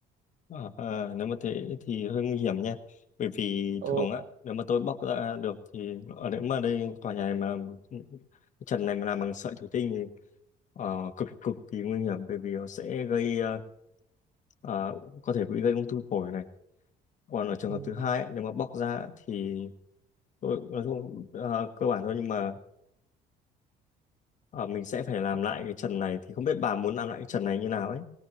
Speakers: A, on the left (about 45°); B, on the right (about 55°).
A: Ờ, à, nếu mà thế thì hơi nguy hiểm nha bởi vì
B: ồ
A: thường á nếu mà tôi bóc ra được thì ở nếu mà đây tòa nhà này mà trần này mà làm bằng sợi thủy tinh thì ờ, cực cực kỳ nguy hiểm bởi vì nó sẽ gây ờ, à, có thể bị gây ung thư phổi này còn ở trường
B: ừm,
A: hợp thứ hai ấy, nếu mà bóc ra thì tôi nói chung à, cơ bản thôi nhưng mà à, mình sẽ phải làm
B: khó
A: lại cái trần này thì không biết bà muốn làm lại cái trần này như nào ấy